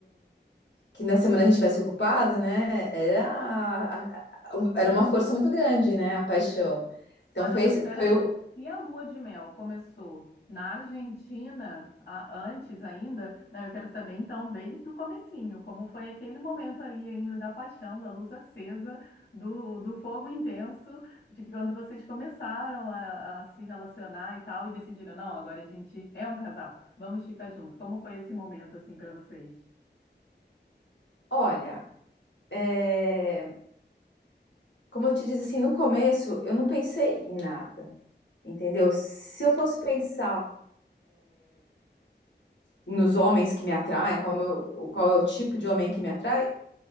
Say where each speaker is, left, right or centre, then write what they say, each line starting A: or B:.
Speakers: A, on the left; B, on the left.
A: que na semana a gente tivesse ocupado, né? Era, a- a- era uma força muito grande, né? A paixão. Então
B: Ah,
A: foi,
B: não, mas
A: esse-
B: espera
A: foi
B: aí.
A: o.
B: Se a lua de mel começou na Argentina, a- antes ainda, né, eu quero saber então bem do comecinho, como foi aquele momento ali ainda da paixão, da luz acesa, do, do fogo intenso, de que quando vocês começaram a, a se relacionar e tal, e decidiram, não, agora a gente é um casal, vamos ficar juntos. Como foi esse momento assim para vocês?
A: Olha, é, como eu te disse assim, no começo eu não pensei em nada, entendeu? Se eu fosse pensar nos homens que me atraem, como eu- o qual é o tipo de homem que me atrai,